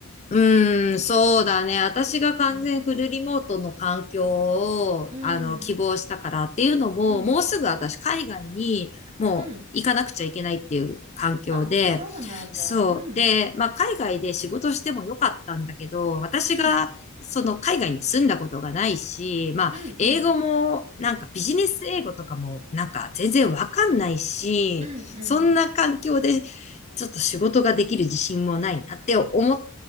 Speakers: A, on the left (about 30°); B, on the right (about 30°).
A: うーん、そうだね。私が完全フルリモートの環境を、
B: うん。う
A: あの、希望したからっていうのも、
B: ん、うん、
A: もうすぐ私海外にもう行かなくちゃいけないっていう環境で、
B: うん。あ、そうなんだ。
A: そう。
B: うん、
A: で、まあ、海外で仕事してもよかったんだけど、私がその海外に住んだことがないし、
B: うん、
A: まあ、
B: うん、
A: 英語もなんかビジネス英語とかもなんか全然わかんないし、
B: うん、うん、うん、
A: そんな環境でちょっと仕事ができる自信もないなって思っ、